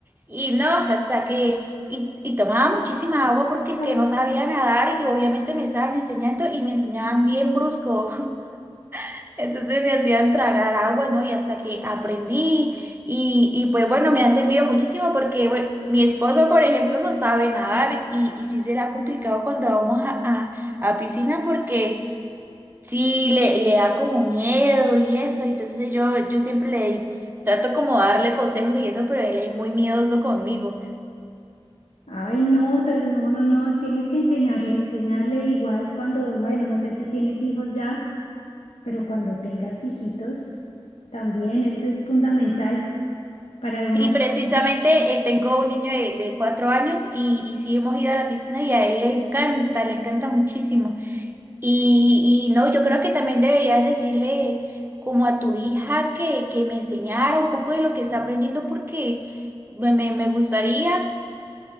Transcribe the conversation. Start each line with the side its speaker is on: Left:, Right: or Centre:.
Right: Y no, hasta que, y, y tomaba muchísima agua porque es
Left: Claro.
Right: que no sabía nadar y obviamente me estaban enseñando y me enseñaban bien brusco. <laughs> Entonces me hacían tragar agua, ¿no? Y hasta que aprendí y, y pues bueno, me ha servido muchísimo porque bueno, mi esposo, por ejemplo, no sabe nadar y, y sí será complicado cuando vamos a, a, a piscina porque sí le, le da como miedo y eso. Entonces yo, yo siempre le trato como darle consejos y eso, pero él es muy miedoso conmigo.
Left: Ay, no, te- no, no, no, tienes que enseñarle, enseñarle igual cuando, bueno, no sé si tienes hijos ya. pero cuando tengas hijitos, también eso es fundamental para uno
Right: Sí, precisamente
Left: pasar bien.
Right: eh, tengo un niño de, de cuatro años y, y sí hemos ido a la piscina y a él le encanta, le encanta muchísimo. Y, y no, yo creo que también deberías decirle como a tu hija que, que me enseñara un poco de lo que está aprendiendo porque me, me, me gustaría.